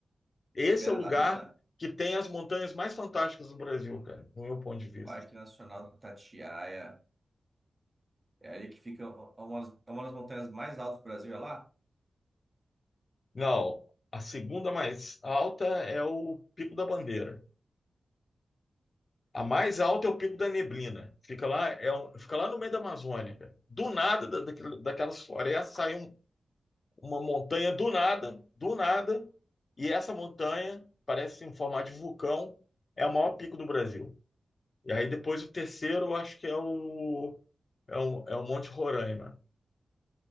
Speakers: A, on the left (about 35°); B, on the right (about 20°).
A: Esse
B: Pedra
A: é o lugar
B: da Mina,
A: que tem as montanhas mais fantásticas do Brasil, cara, do meu ponto de vista.
B: Parque Nacional do Itatiaia. É ali que fica é uma, das- é uma das montanhas mais altas do Brasil, é lá?
A: Não, a segunda mais alta é o Pico da Bandeira. A mais alta é o Pico da Neblina. Fica lá, é um- fica lá no meio da Amazônia, cara. Do nada da, daquele- daquelas florestas sai um, uma montanha do nada, do nada, e essa montanha parece em formato de vulcão, é o maior pico do Brasil. E aí depois o terceiro, eu acho que é o, é o, é o Monte Roraima.